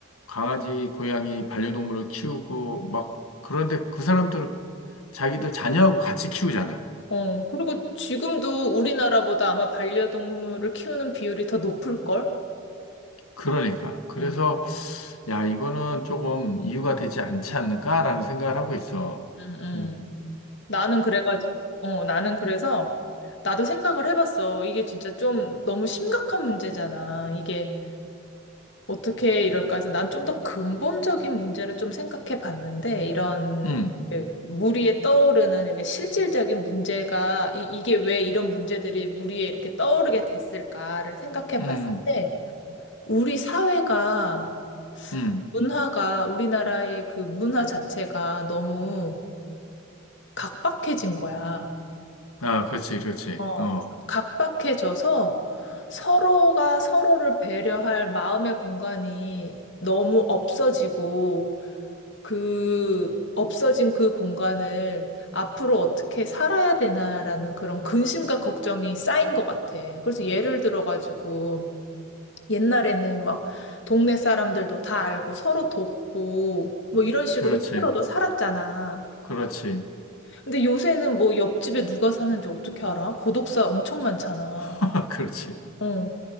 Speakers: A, on the left (about 85°); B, on the left (about 55°).
A: 강아지, 고양이, 반려동물을 키우고 막 그런데 그 사람들은 자기들 자녀하고 같이 키우잖아.
B: 어, 그리고 지금도 우리나라보다 아마 반려동물을 키우는 비율이 더 높을걸?
A: 그러니까. 그래서
B: 응,
A: 야, 이거는 조금 이유가 되지 않지 않을까라는 생각을 하고 있어.
B: 응, 응.
A: 응,
B: 나는 그래가지고, 어, 나는 그래서, 나도 생각을 해봤어. 이게 진짜 좀 너무 심각한 문제잖아. 이게 어떻게 이럴까 해서 난 좀 더 근본적인 문제를 좀 생각해 봤는데, 이런,
A: 응,
B: 그 무리에 떠오르는 이렇게 실질적인 문제가, 이, 이게 왜 이런 문제들이 무리에 이렇게 떠오르게 됐을까를 생각해
A: 응,
B: 봤을 때, 우리 사회가
A: 응.
B: 문화가 우리나라의 그 문화 자체가 너무 각박해진 거야.
A: 아, 그렇지, 그렇지.
B: 어.
A: 어,
B: 각박해져서 서로가 서로를 배려할 마음의 공간이 너무 없어지고 그 없어진 그 공간을 앞으로 어떻게 살아야 되나라는 그런 근심과 걱정이 쌓인 것 같아. 그래서 예를 들어가지고 옛날에는 막 동네 사람들도 다 알고 서로 돕고 뭐 이런 식으로
A: 그렇지,
B: 힘들어도 살았잖아.
A: 그렇지,
B: 근데 요새는 뭐 옆집에 누가 사는지 어떻게 알아? 고독사 엄청 많잖아.
A: <laughs> 그렇지.
B: 어.